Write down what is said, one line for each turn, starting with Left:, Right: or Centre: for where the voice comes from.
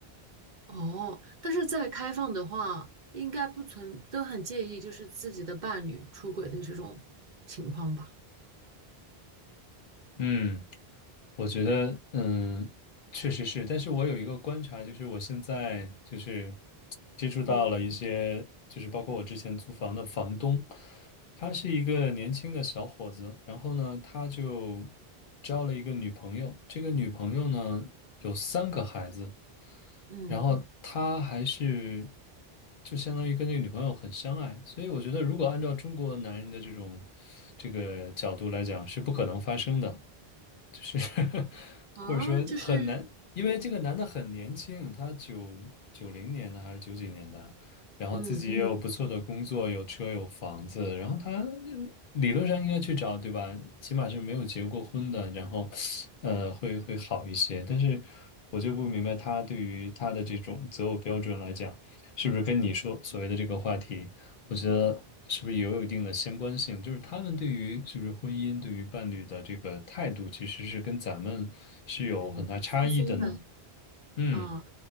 Right: 哦，但是在开放的话，应该不存，都很介意就是自己的伴侣出轨的这种情况吧？
Left: 嗯，我觉得，嗯，确实是，但是我有一个观察，就是我现在就是接触到了一些，
Right: 嗯
Left: 就是包括我之前租房的房东，他是一个年轻的小伙子，然后呢，他就交了一个女朋友，这个女朋友呢有三个孩子，
Right: 嗯
Left: 然后他还是就相当于跟那个女朋友很相爱，所以我觉得如果按照中国男人的这种这个角度来讲，是不可能发生的。就是 <laughs>
Right: 啊，
Left: 或者说很难，
Right: 就是
Left: 因为这个男的很年轻，他九九零年的还是九几年的，然后自己也有嗯不错的工作，
Right: 嗯
Left: 有车有房子，然后他呃理论上应该去找，对吧？起码是没有结过婚的，然后呃会会好一些，但是我就不明白他对于他的这种择偶标准来讲，是不是跟你说所谓的这个话题？我觉得是不是也有一定的相关性？就是他们对于是不是婚姻、对于伴侣的这个态度，其实是跟咱们是有很大差异的呢。
Right: 很放松的
Left: 嗯，
Right: 啊。